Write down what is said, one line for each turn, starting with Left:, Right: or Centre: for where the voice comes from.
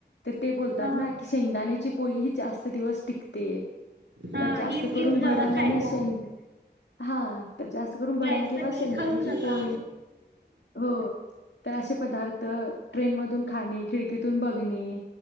Left: तर ते बोलतात
Right: हा
Left: ना की शेंगदाण्याची पोळी ही जास्त दिवस टिकते.
Right: हा
Left: तर जास्त
Right: हीच घेऊन
Left: करून भडंग
Right: जावा खायला
Left: आणि शेंगदा हा तर जास्त करून भडंग
Right: बाहेरच
Left: किंवा
Right: काही
Left: शेंगदाण्याची
Right: खाऊ नका.
Left: पोळी हो तर असे पदार्थ ट्रेन मधून खाणे खिडकीतून बघणे